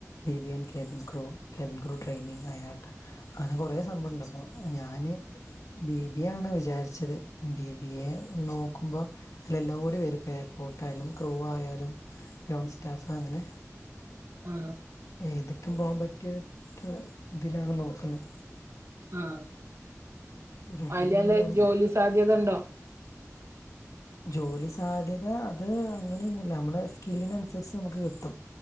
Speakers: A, on the left; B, on the right.
A: B B N cabin crew cabin crew training ആയാട്ട അങ്ങനെ കൊറെ സംഭവണ്ട് അപ്പൊ ഞാന് ബി ബിയെ ആണ് വിചാരിച്ചത് ബി ബിയെ നോക്കുമ്പോ അയ്ലെല്ലവും കൂടി വരുംപ്പ എയർപോർട്ട് ആയാലും ക്രൂ ആയാലും ഗൗൺ സ്റ്റാഫ് അങ്ങനെ
B: ആഹ്
A: ഏതിക്കും പോകാൻ പറ്റിയ ഇതിലാണ് നോക്ക്ന്നേ
B: ആഹ്
A: റെഡി
B: അയിലല്ലെ
A: ആവുന്നുള്ളൂ
B: ജോലി സാധ്യതണ്ടോ
A: ജോലി സാധ്യത അത് അങ്ങനെയൊന്നുല്ല നമ്മളെ സ്കില്ലിനൻസരിച്ച് നമുക്ക് കിട്ടും.